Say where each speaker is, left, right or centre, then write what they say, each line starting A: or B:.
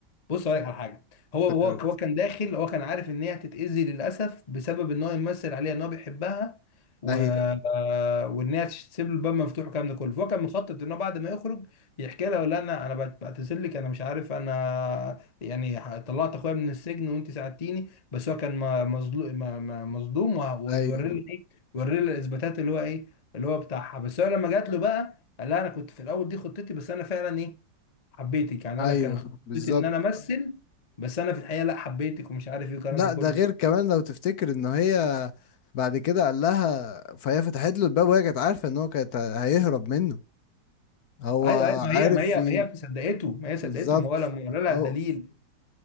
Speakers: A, on the left (about 45°); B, on the left (about 60°).
A: بص هقول لك على حاجه هو
B: افتكرت
A: هو هو كان داخل هو كان عارف ان هي هتتاذي للاسف بسبب ان هو يمثل عليها ان هو بيحبها و...
B: ايوه
A: آه، وان هي تسيب له الباب مفتوح والكلام ده كله فهو كان مخطط ان هو بعد ما يخرج يحكي لها ولا انا انا بعت- بعتذر لك انا مش عارف انا يعني ح- طلعت اخويا من السجن وانت ساعدتيني بس هو كان مظلوم مظلوم وه- ويوري
B: ايوه
A: لي ايه يوري لي الاثباتات اللي هو ايه اللي هو بتاعها بس هو لما جات له بقى قال لها انا كنت في الاول دي خطتي بس انا فعلا ايه حبيتك يعني
B: ايوه
A: انا كان خطتي
B: بالظبط
A: ان انا امثل بس انا في الحقيقه لا حبيتك ومش عارف ايه والكلام
B: لا
A: ده كله
B: ده غير كمان لو تفتكر ان هي بعد كده قال لها فهي فتحت له الباب وهي كانت عارفه ان هو كانت هيهرب منه هو
A: ايوه ايوه ما
B: عارف
A: هي ما هي
B: ي-
A: ما هي صدقته ما هي صدقته
B: بالظبط
A: ما هو لما ورى لها
B: هو
A: الدليل